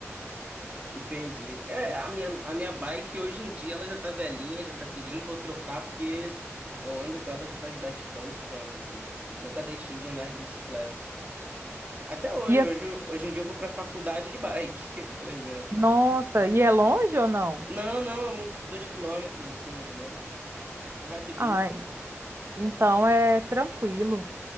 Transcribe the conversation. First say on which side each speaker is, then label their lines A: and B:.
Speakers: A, on the right (about 35°); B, on the right (about 55°).
A: Entendi. É, a minha, a minha bike hoje em dia ela já tá velhinha, já tá pedindo pra eu trocar, porque eu ando com ela já faz bastante tempo, assim. Nunca deixei de andar de bicicleta. Até hoje,
B: E assim,
A: hoje, eu- hoje em dia eu vou pra faculdade de bike, <laughs> por exemplo.
B: nossa, e é longe ou não?
A: Não, não, é uns dois quilômetros, assim, mais ou menos. É rapidinho.
B: Ai, então é tranquilo.